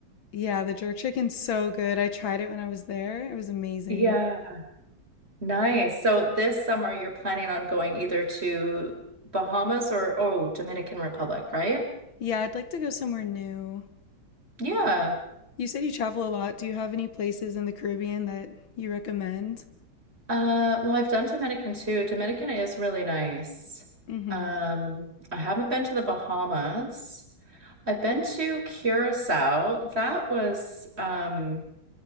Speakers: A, on the left; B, on the right.
A: Yeah, the jerk chicken's so good. I tried it when I was there. It was amazing.
B: Yeah. Nice. So this summer you're planning on going either to Bahamas or oh, Dominican Republic, right?
A: Yeah, I'd like to go somewhere new.
B: Yeah.
A: You said you travel a lot. Do you have any places in the Caribbean that you recommend?
B: Uh, well, I've done Dominican too. Dominican is really nice.
A: Mm-hmm.
B: Um, I haven't been to the Bahamas. I've been to Curacao. That was, um,